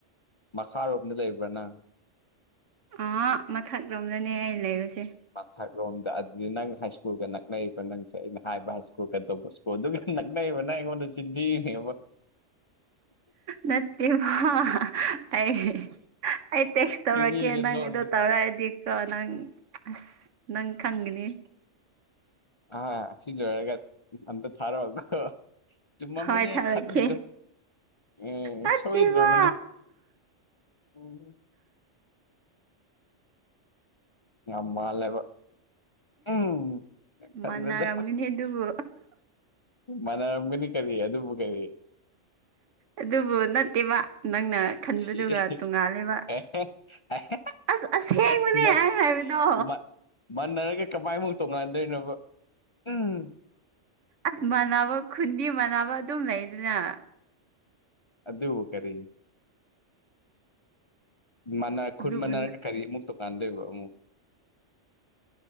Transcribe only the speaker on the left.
ꯃꯈꯥꯔꯣꯝꯗ ꯂꯩꯕ꯭ꯔꯥꯅ
ꯃꯊꯛꯂꯣꯝꯗ ꯑꯗꯨꯗꯤ ꯅꯪ ꯍꯥꯏ ꯁ꯭ꯀꯨꯜꯒ ꯅꯛꯅꯩꯕ ꯅꯪꯁꯦ ꯑꯩꯅ ꯍꯥꯏꯕ ꯍꯥꯏ ꯁ꯭ꯀꯨꯜꯒꯗꯧꯕ ꯑꯣ ꯑꯗꯨꯒ ꯅꯛꯅꯩꯕ ꯅꯪ ꯑꯩꯉꯣꯟꯗ ꯆꯤꯟꯊꯤꯔꯤꯅꯦꯕ
ꯁꯤ ꯃꯤꯁꯦ
ꯂꯣꯜꯂꯦ
ꯍꯣꯏ ꯁꯤ ꯂꯣꯏꯔꯥꯒ ꯑꯝꯇ ꯊꯥꯔꯛ ꯑꯣ ꯆꯨꯝꯃꯝꯃꯅꯤ
ꯑꯩ
ꯈꯟꯕꯗꯨ ꯎꯝ
ꯁꯣꯏꯗ꯭ꯔꯕꯅꯤ ꯎꯝ ꯌꯥꯝ ꯃꯥꯜꯂꯦꯕ ꯎꯝ ꯇꯟꯕꯗꯥ
ꯃꯥꯟꯅꯔꯝꯒꯅꯤ ꯀꯔꯤ ꯑꯗꯨꯕꯨ ꯀꯔꯤ
ꯁꯤ <unintelligible>
ꯃꯟ
ꯃꯟ ꯃꯥꯟꯅꯔꯒ ꯀꯃꯥꯏꯃꯨꯛ ꯇꯣꯡꯉꯥꯟꯗꯣꯏꯅꯣꯕ ꯎꯝ
ꯑꯗꯨꯕꯨ ꯀꯔꯤ ꯃꯥꯟꯅ ꯈꯨꯟ
ꯃꯥꯟꯅꯔꯒ ꯀꯔꯤ ꯑꯃꯨꯛ ꯇꯣꯉꯥꯟꯗꯣꯏꯕ ꯑꯃꯨꯛ